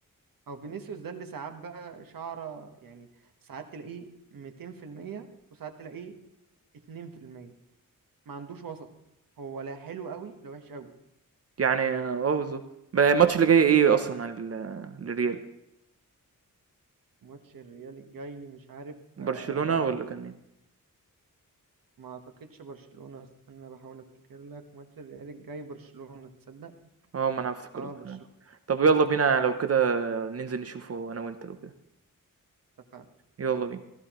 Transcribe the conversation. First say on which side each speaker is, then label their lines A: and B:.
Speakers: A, on the right; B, on the right.
A: او فينيسيوس ده اللي ساعات بقى شعره يعني ساعات تلاقيه 200% وساعات تلاقيه 2% ما عندوش وسط هو لا حلو قوي لا وحش قوي
B: يعني اه بالظبط بقى الماتش اللي جاي ايه اصلا على ال- للريال
A: ماتش الريال الجاي مش عارف
B: برشلونة
A: آه،
B: ولا كان مين
A: ما اعتقدش برشلونة استنى بحاول افتكر لك ماتش الريال الجاي برشلونة تصدق
B: اه ما انا افتكرت
A: اه برشلونة
B: طب يلا بينا لو كده ننزل نشوفه انا وانت لو كده
A: اتفقنا
B: يلا بينا